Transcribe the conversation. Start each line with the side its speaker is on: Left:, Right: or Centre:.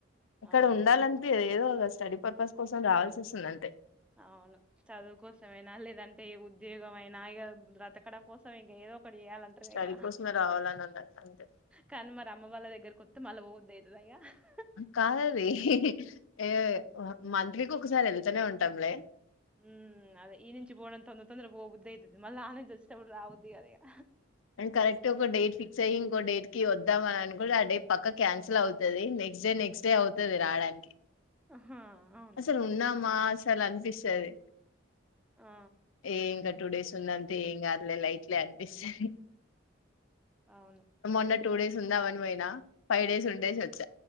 Left: ఇక్కడ
Centre: అవును
Left: ఉండా ఏదో ఒక స్టడీ పర్పస్ కోసం రావాల్సి వస్తుందంతే
Centre: అవును చదువు కోసమేనా లేదంటే ఉద్ ఉద్యోగమైన ఇగ బ్రతకడం కోసం ఇంక ఏదోక్ ఒకటి చేయాలంటారు
Left: స్టడీ
Centre: ఇగ
Left: కోసమే రావాలని ఉన్నది అంతే
Centre: కానీ మరి అమ్మ వాళ్ళ దగ్గర కొతే మళ్ళ <unintelligible>
Left: కాదది ఏ మంత్లీ ఒకసారి వెళ్తనే ఉంటాంలే
Centre: ఉమ్ అదే ఈ నుంచి బోడం తోన్ తొంద్ర పోద్దే అయితుది మళ్ళీ అనుచ్చి తప్పుడు రాబుది కాదు ఇగా
Left: నేన్ కరెక్ట్గా ఒక డేట్ ఫిక్స్ అయ్యి ఇంకో డేట్ వద్దాం అని అను కూడా ఆ డేట్ పక్క క్యాన్సల్ అవుతది next next day next day అవుతది రావడానికి
Centre: ఆహా అవును
Left: అసలు ఉన్నామా అసలు అనిపిస్తది
Centre: ఆ
Left: ఏం గట్ టూ డేస్ ఉందంతి ఎం కాదులే లైట్ అనిపిస్తంది
Centre: అవును
Left: మొన్న టూ డేస్ ఉందాం అని పోయిన ఫైవ్ డేస్ ఉండేసి వోచ